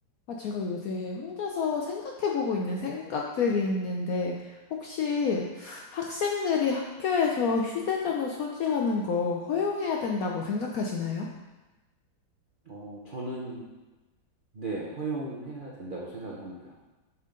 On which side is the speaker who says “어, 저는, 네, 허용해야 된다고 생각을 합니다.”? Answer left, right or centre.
Right